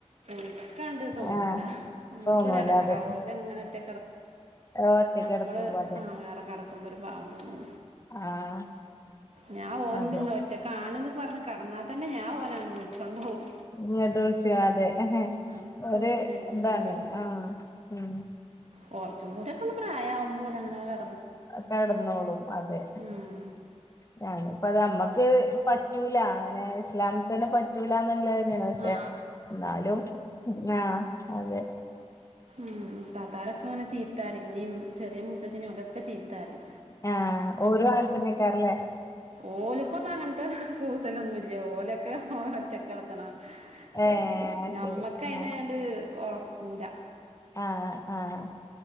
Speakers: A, on the right; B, on the left.
A: <unintelligible> ക്കണ്ട് തോന്നൂല
B: ആഹ്
A: നമുക്കൊര്
B: തോന്നൂല
A: എടങ്ങേ
B: അതെ
A: അതിലെങ്ങനത്തെ
B: ഒറ്റക്ക്
A: ഞമ്മള്
B: കെടക്കുമ്പോ അതെ
A: ആ വേറെ കെട ഒന്നൂട പാവം തോന്നേ
B: ആഹ്
A: ഞാൻ ഓനിനിങ്ങ
B: അതെ
A: ഒറ്റക്കാണെന്ന് പറഞ്ഞ കടന്നാൽ തന്നെ ഞാ ഓനങ്ങാട് വിളിചൊണ്ടോവും
B: ഇങ്ങട്ടോ അതെ
A: ഇക്കും
B: ഒരു
A: ഇഷ്ടല്ല
B: എന്താണ്
A: അങ്ങനെ കെടക്കണെ
B: ആ ഉം
A: കുറച്ചും കൂടി ഒക്കെ പ്രായമാകുമ്പോ ഓല അങ്ങനെകെ
B: കടന്നോളും അതെ
A: ഉം.
B: ഞാന് അപ്പ അത് നമ്മക്ക് പറ്റൂല അങ്ങനെ ഇസ്ലാമത്ത് തന്നെ പറ്റൂളാന്നുള്ളതന്നെയ പക്ഷെ
A: ആ
B: എന്നാലും ആ അതെ
A: ഉം താത്താരൊക്കെ ഇങ്ങനെ ചീത്തറയും ഇനിയും ചെറിയ മുത്തച്ചീനേം ഓക്കെ ചീത്ത പറയും
B: ആ ഓരോ അങ്ങനെ തന്നെ ആയിക്കാരും ലെ
A: ഓലിക്കൊന്നങ്ങനെ ത്തെ കൂസലൊന്നും ഇല്ല പോലെയൊക്കെ ഒറ്റക്കിടത്തണം കി
B: ഏഹ്
A: ടുത്തു
B: അത്
A: ഞമ്മക്ക്
B: ശരി
A: അതിനതിനണ്ട്
B: ആഹ്
A: ഉറക്കൂല
B: ആഹ് ആഹ്